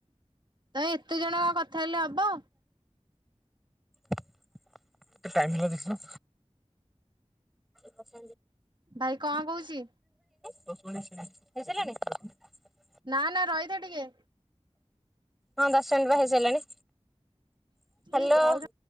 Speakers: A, on the right (about 45°); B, in the centre.
A: ତ ଏତେ ଜଣଙ୍କ କଥା ହେଲେ ହବ?
B: ଏତେ ଟାଇମ ହେଲା ଦେଖିଲ। ପସ
A: ଭାଇ କଣ କହୁଛି
B: ହେଇିଲାଣି।
A: ନାନା ରୋହିତଟିକେ।
B: ହଁ ଦଶ ଜଣ୍ ବା ହେଇସାରିଲାଣି। ହ୍ୟାଲୋ।
A: ର